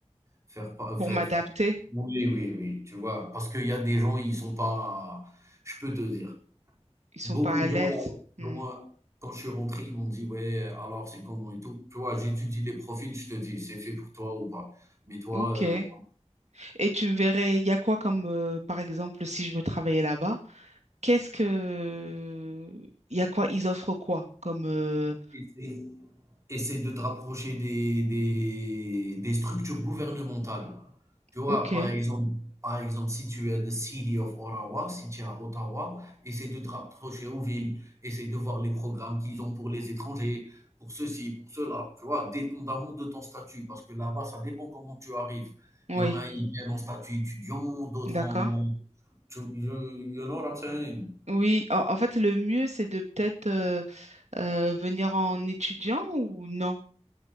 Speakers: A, on the right; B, on the right.
A: faire pa faire
B: Pour m'adapter,
A: f oui, oui, oui, tu vois? Parce qu'il y a des gens, ils sont pas je peux te dire.
B: ils sont
A: Beaucoup
B: pas à
A: de
B: l'aise.
A: gens là autour
B: Hmm.
A: de moi, quand je suis rentré, ils m'ont dit: «Ouais, alors c'est comment et tout?» tu vois? J'étudie les profils, je te dis: «C'est fait pour toi ou pas». Mais toi,
B: Ok.
A: heu,
B: Et tu me verrais, il y a quoi comme, euh, par exemple, si je veux travailler là-bas? Qu'est-ce que... Il y a quoi? Ils offrent quoi? Comme... euh,
A: Essaye, essaye de te rapprocher des, des, des structures gouvernementales. Tu vois,
B: Ok,
A: par exemple, par exemple, si tu es de City of Ottawa, si tu es à Ottawa, essaye de te rapprocher aux villes, essaye de voir les programmes qu'ils ont pour les étrangers, pour ceci, pour cela, tu vois, dépendamment de ton statut, parce que là-bas, ça dépend comment tu arrives.
B: oui,
A: Il y en a, ils viennent en statut étudiant, d'autres
B: d'accord.
A: en... Tu, you, you know what I'm saying?
B: Oui, en, en fait, le mieux, c'est de peut-être euh, euh, venir en étudiant ou non?